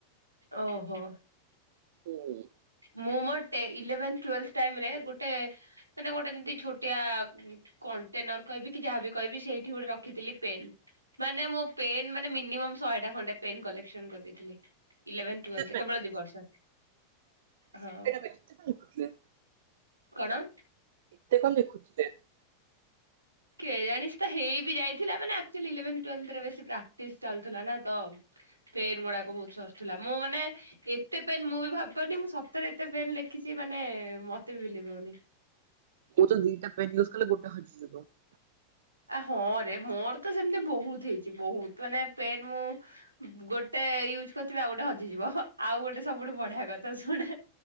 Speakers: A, on the right (about 85°); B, on the right (about 55°).
A: ଓହୋ।
B: ହୁଁ।
A: ମୁଁ ମୋ ଟେ ଇଲେଭେନ୍ ଟ୍ୱେଲ୍ଭଥ ଟାଇମରେ ଗୋଟେ ମାନେ ଗୋଟେ ଏମତି ଛୋଟିଆ। କଣ୍ଟେନର କହିବି କି ଯାହାବି କହିବି ସେଇଠି ଗୋଟେ ରଖିଥିଲି ପେନ୍। ମାନେ ମୋ ପେନ୍ ମାନେ ମିନିମମ୍ ଶହେଟା ଖଣ୍ଡେ ପେନ୍ କଲେକ୍ସନ କରିଦେଇଥିଲି। ଇଲେଭେନଥ୍
B: ଏତେ
A: ଟ୍ୱେଲ୍ଭଥ। କେବଳ ଦି ବର୍ଷ। ହଁ
B: ଶହେ ଟା ପେନ‌ ଏତେ କଁ ଲେଖୁଥିଲେ।
A: କଣ।
B: ଏତ କଣ ଲେଖୁଥିଲେ।
A: କେ ଜାଣି ସେତ ହେଇ ବିି ଯାଇଥିଲା ମାନେ ଆକଚୁଆଲି ଇଲେଭେନ୍ ଟ୍ୱେଲ୍ଭଥ୍ ରେ ବେଶୀ ପ୍ରାକ୍ଟିସ ଚାଲୁଥିଲା ନା ତ। ପେନ୍ ଗୁଡାକ ବହୁତ ସରୁଥିଲା ମୁଁ ମାନେ। ଏତେ ପେନ୍ ମୁଁ ବି ଭାବି ପାରୁନି ମୁଁ ସତରେ ଏତେ ପେନ୍ ଲେଖିଛି ମାନେ ମତେ ବି ବିଲିଭ ହଉନି।
B: ମୁଁତ ଦିଟା ପେନ୍ ୟୁଜ୍ କଲେ ଗୋଟା ହଜି ଯିବ।
A: ଆ ହଁ ରେ ମୋର ତ ସେମିତି ବହୁତ ହେଇଛି ବହୁତ ମାନେ ପେନ୍ ମୁଁ। ଗୋଟେ ୟୁଜ କରିଥିବି ଆଉ ଗୋଟେ ହଜିଯିବ ଆଉ ଗୋଟେ ସବୁଠୁ ବଢିଆ କଥା ଶୁଣେ।